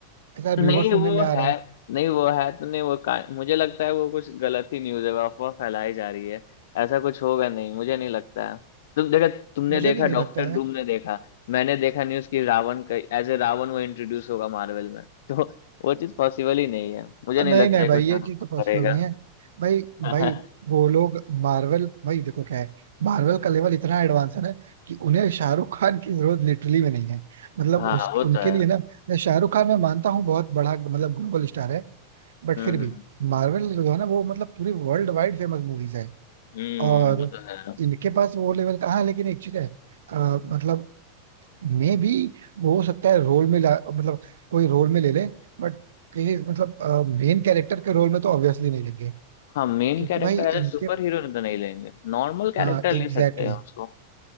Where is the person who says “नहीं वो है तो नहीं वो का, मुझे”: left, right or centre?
Left